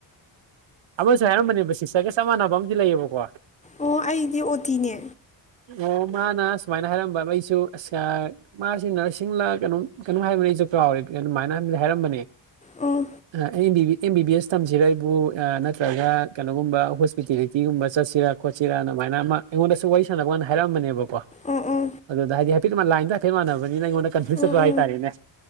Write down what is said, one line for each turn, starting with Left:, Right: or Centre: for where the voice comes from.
Right: ꯑꯃꯁꯨ ꯍꯥꯏꯔꯝꯕꯅꯦꯕ ꯁꯤꯁꯇꯔꯒ ꯆꯞ ꯃꯥꯟꯅꯕ ꯑꯃꯗꯤ ꯂꯩꯌꯦꯕꯀꯣ
Left: ꯑꯣ ꯑꯩꯗꯤ ꯑꯣꯇꯤꯅꯦ
Right: ꯑꯣ ꯃꯥꯅ ꯁꯨꯃꯥꯏꯅ ꯍꯥꯏꯔꯝꯕ ꯑꯩꯁꯨ ꯑꯁ ꯑꯥ ꯃꯥꯁꯤ ꯅꯔꯁꯤꯡꯂ ꯀꯩꯅꯣꯝ ꯀꯩꯅꯣ ꯍꯥꯏꯕꯅꯦ ꯑꯩꯁꯨ ꯀꯥꯎꯔꯦ ꯑꯗꯨꯃꯥꯏꯅꯗꯤ ꯍꯥꯏꯔꯝꯕꯅꯦ
Left: ꯑꯣ
Right: ꯑꯦꯝ ꯕꯤ ꯕꯤ ꯑꯦꯁ ꯇꯝꯁꯤꯔ ꯑꯩꯕꯨ ꯅꯠꯇ꯭ꯔꯒ ꯀꯩꯅꯣꯒꯨꯝꯕ ꯍꯣꯁꯄꯤꯇꯦꯂꯤꯇꯤꯒꯨꯝꯕ ꯆꯠꯁꯤꯔꯥ ꯈꯣꯠꯆꯤꯔꯥꯅ ꯑꯃꯥꯏꯅ ꯑꯃ ꯑꯩꯉꯣꯟꯗꯁꯨ ꯋꯥꯔꯤ ꯁꯥꯟꯅꯕ ꯀꯥꯟꯗ ꯍꯥꯏꯔꯛꯑꯝꯕꯅꯦꯕꯀꯣ
Left: ꯑꯣ ꯑꯣ
Right: ꯑꯗꯨꯗ ꯍꯥꯏꯗꯤ ꯀꯤꯗꯨꯃ ꯂꯥꯏꯟꯗꯣ ꯍꯥꯏꯐꯦꯠ ꯃꯥꯟꯅꯕꯅꯤꯅ ꯑꯩꯉꯣꯟꯗ ꯀꯟꯐ꯭ꯌꯨꯁ
Left: ꯑꯣ
Right: ꯆꯠꯕ
Left: ꯑꯣ
Right: ꯍꯥꯏꯇꯥꯔꯦꯅꯦ